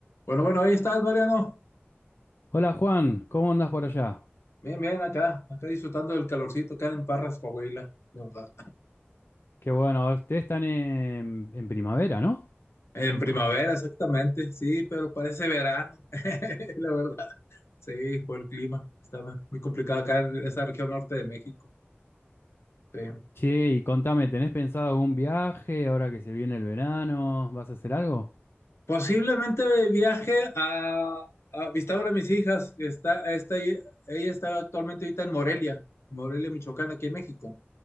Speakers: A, on the left; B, on the left.
A: Bueno, bueno, ahí estás, Mariano.
B: Hola Juan, ¿cómo andas por allá?
A: Bien, bien, acá, acá disfrutando del calorcito, acá en Parras, Coahuila, la verdad.
B: Qué bueno, ustedes están en, en primavera, ¿no?
A: En primavera, exactamente, sí, pero parece verano, <laughs> la verdad. Sí, por el clima, está muy complicado acá en esta región norte de México. Sí.
B: Che, y contame, ¿tenés pensado algún viaje ahora que se viene el verano? ¿Vas a hacer algo?
A: Posiblemente viaje a, a visitar a una de mis hijas, que está, está, ahí- ella está actualmente ahorita en Morelia, Morelia, Michoacán, aquí en México.